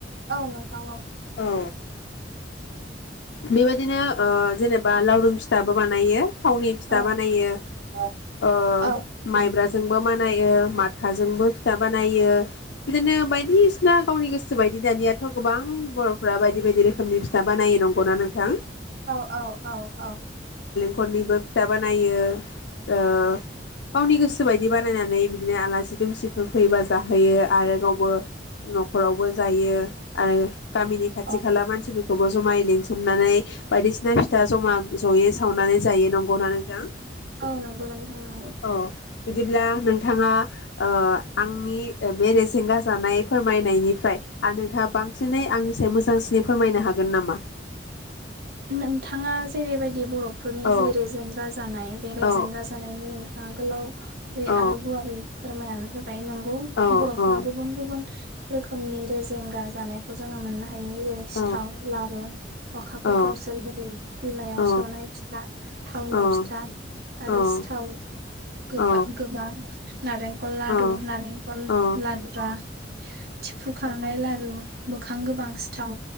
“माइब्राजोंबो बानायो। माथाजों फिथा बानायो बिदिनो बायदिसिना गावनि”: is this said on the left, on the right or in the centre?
Left